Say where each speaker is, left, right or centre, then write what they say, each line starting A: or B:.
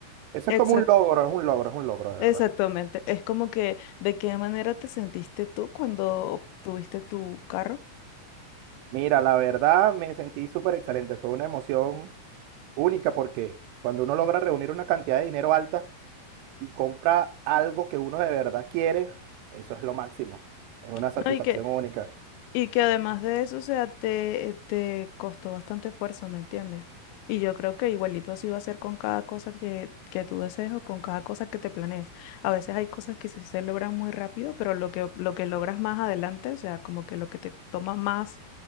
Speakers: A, on the right; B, on the left.
A: Eso
B: Exacto.
A: es como un logro, es un logro, es un logro de verdad.
B: Exactamente. Es como que, ¿de qué manera te sentiste tú cuando obtuviste tu carro?
A: Mira, la verdad me sentí súper excelente, fue una emoción única porque cuando uno logra reunir una cantidad de dinero alta, y compra algo que uno de verdad quiere, eso es lo máximo. Es una satisfacción
B: No, y que
A: única.
B: Y que además de eso, o sea, te, te costó bastante esfuerzo, ¿me entiendes? Y yo creo que igualito así va a ser con cada cosa que, que tú desees o con cada cosa que te planees. A veces hay cosas que sí se logran muy rápido, pero lo que, lo que logras más adelante, o sea, como que lo que te toma más